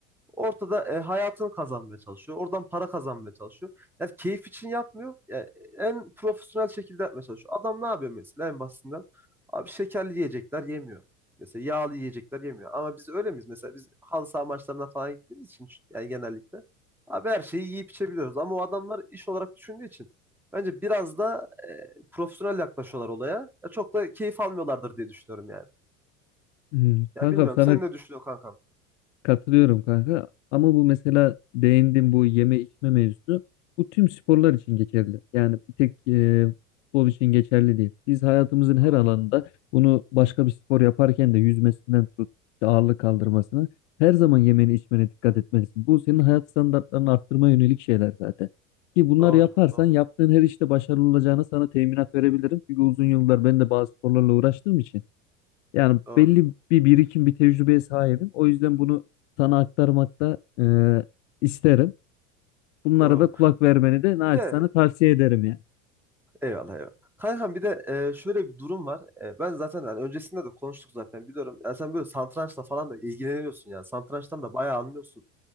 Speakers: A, in the centre; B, on the left.
A: Ortada e, hayatını kazanmaya çalışıyor. Oradan para kazanmaya çalışıyor. Yani keyif için yapmıyor. Yani en profesyonel şekilde yapmaya çalışıyor. Adam ne yapıyor mesela en basitinden? Abi şekerli yiyecekler yemiyor. Mesela yağlı yiyecekler yemiyor. Ama biz öyle miyiz? Mesela biz halı saha maçlarına falan gittiğimiz için yani genellikle abi her şeyi yiyip içebiliyoruz. Ama o adamlar iş olarak düşündüğü için bence biraz da e, profesyonel yaklaşıyorlar olaya. Ya çok da keyif almıyorlardır diye düşünüyorum yani.
B: Hmm.
A: Ya
B: Kankam
A: bilmiyorum
B: sana
A: sen ne düşünüyorsun kankam?
B: Katılıyorum kanka. Ama bu mesela değindim bu yeme içme mevzusu. Bu tüm sporlar için geçerli. Yani bir tek e, futbol için geçerli değil. Biz hayatımızın her
A: Doğru,
B: alanında bunu başka bir spor yaparken de yüzmesinden tut, işte ağırlık kaldırmasına her zaman yemeni içmene dikkat etmelisin. Bu senin hayat standartlarını arttırmaya yönelik şeyler zaten. Ki bunları
A: doğru,
B: yaparsan
A: doğru,
B: yaptığın her işte başarılı olacağını sana teminat verebilirim. Çünkü uzun yıllar ben de bazı sporlarla uğraştığım için. Yani
A: doğru.
B: belli bir birikim, bir tecrübeye sahibim. O yüzden bunu sana aktarmakta e, isterim. Bunlara
A: Doğru.
B: da kulak vermeni de naçizane
A: Bir de
B: tavsiye ederim yani.
A: eyvallah eyvallah. Kankam bir de e, şöyle bir durum var. E, ben zaten yani öncesinde de konuştuk zaten biliyorum. Ya sen böyle satrançla falan da ilgileniyorsun yani. Satrançtan da bayağı anlıyorsun.